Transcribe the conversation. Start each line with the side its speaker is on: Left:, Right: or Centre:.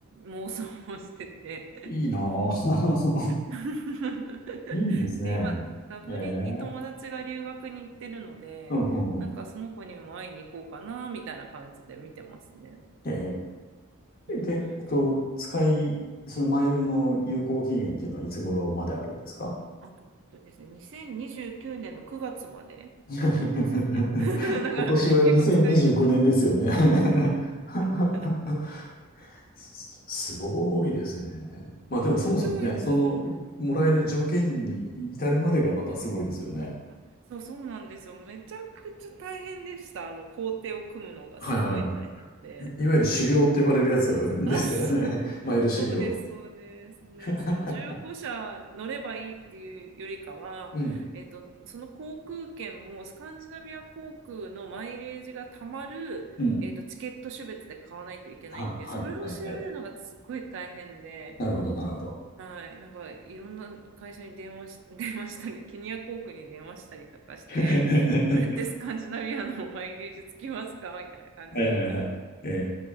Right: 妄想をしてて
Left: いいなぁ。
Right: <laughs>
Left: <laughs> いいですね。
Right: で、今、ダブリンに友達が留学に行ってるので、
Left: ええ。うん、うん、
Right: なんかその子にも会いに行こうかな、
Left: うん
Right: みたいな感じで見てますね。
Left: え
Right: うん。
Left: えで、えっと、使い、そのマイルの有効期限っていうのはいつ頃まであるんですか
Right: あ、えっとですね、2029年の9月まであるんですよね。
Left: <laughs>
Right: <laughs> だから結構使えるんじゃないかな。
Left: 今年は2025年ですよね <laughs>
Right: <laughs>
Left: すすごいですね。まあでもそもそもね、
Right: 広いですよね。
Left: その、もらえる条件に至るまでがまたすごいですよね。
Right: うんあそうそうなんですよ。めちゃくちゃ大変でした。あの工程を組むのがすごい大変で。
Left: はいはいはい。いわゆる修行って呼ばれるやつですよね。
Right: あ、そう <laughs>
Left: <laughs> マイル修行。
Right: そうです、そうですね。
Left: <laughs>
Right: その15社乗ればいいっていうよりかは、
Left: うん。
Right: えっと、その航空券もスカンジナビア航空のマイレージがたまる、
Left: うん。
Right: えっと、チケット種別で買わないといけないんで、
Left: あ、はいはいはい。
Right: それを調べるのがすっごい大変で、
Left: なるほどなるほど。
Right: はい、なんかいろんな会社に電話し、<laughs> 電話したり、ケニア航空に電話したりとかして、
Left: <laughs>
Right: これってスカンジナビアのマイレージつきますかみたいな感じで言ったり、
Left: はいはいはい。ええ、